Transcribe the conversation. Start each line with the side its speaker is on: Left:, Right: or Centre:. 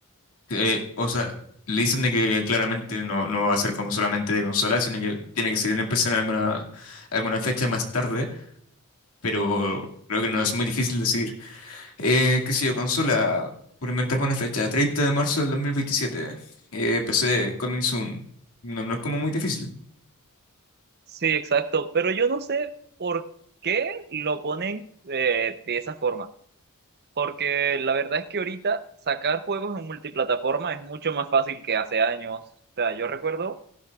Left: eh, o sea, le dicen de que claramente no, no va a ser como solamente de consola, sino que tiene que salir en PC en alguna, alguna fecha más tarde, pero creo que no es muy difícil decir. Eh, qué sé yo, consola, por inventarme una fecha, 30 de marzo del 2027, eh, PC, coming soon. No, no es como muy difícil.
Right: Sí, exacto, pero yo no sé por qué lo ponen eh, de esa forma, porque la verdad es que ahorita sacar juegos en multiplataforma es mucho más fácil que hace años. O sea, yo recuerdo